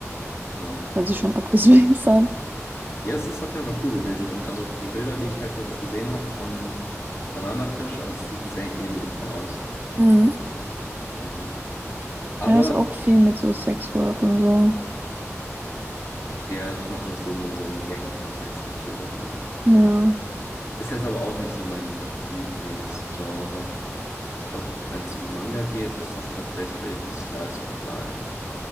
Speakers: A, on the left (about 60°); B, on the right (about 30°).
A: Ja.
B: Hört sich schon abgespaced an.
A: Ja, es ist auf jeden Fall cool gewesen. Und also die Bilder, die ich halt jetzt gesehen habe von Bananafisch, also es sieht sehr ähnlich aus.
B: Mhm.
A: Ähm, aber
B: Ja, das ist auch viel mit so Sexwork und so.
A: okay, ja, das macht auch Sinn in so einem Gang-Kontext natürlich, ne?
B: Ja.
A: Ist jetzt aber auch nicht so mein Lieblingsgenre. Ich glaube, wenn es um Manga geht, ist das tatsächlich Slice of Life.